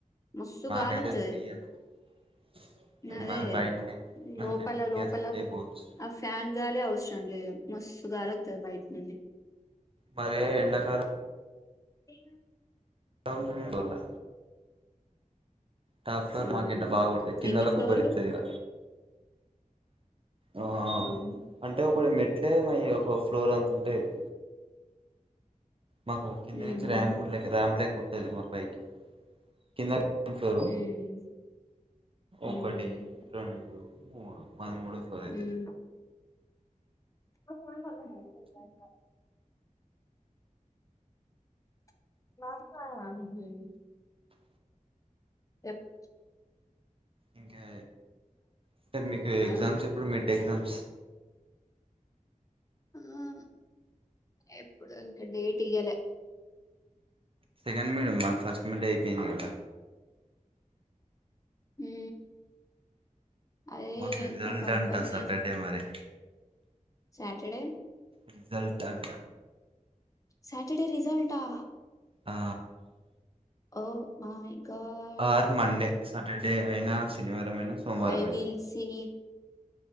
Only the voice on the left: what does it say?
మస్తు
గాలొత్తది
నదే
లోపల
లోపల
ఆ ఫ్యాన్ గాలే అవసరం లేదు మస్తు గాలొస్తది బయట నుండి
ఏ
అవును
ఎన్ని
ఫ్లోర్లు
అవును
ఉహు
ఉమ్
ఉమ్
ఉమ్ <inaudible> <inaudible> ఎట్
ఉమ్
ఆ
ఆ ఎప్పుడంట డేట్ ఇయ్యాలే
ఊ అదే
ఇంకా కన్ఫర్మేషన్
సాటర్డే
సాటర్డే రిజల్ట్ ఆ
oh my god
ఐ
విల్ సి